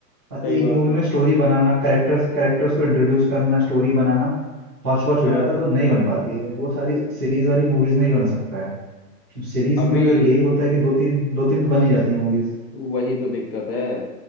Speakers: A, on the right (about 15°); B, on the left (about 35°).
A: और
B: सही
A: एक
B: बात
A: मूवी
B: है
A: में स्टोरी बनाना करेक्टर्स करेक्टर्स को इंट्रोड्यूस करना स्टोरी बनाना हौच पौच हो
B: हाँ
A: जाता है, तो नहीं बन पाती है वो सारी सीरीज वाली मूवीज में ही बन सकता है सीरीज
B: अभी
A: में फिर यही होता है कि दो तीन दो तीन तो बन ही जाती है मूवीज
B: वही तो दिक्कत है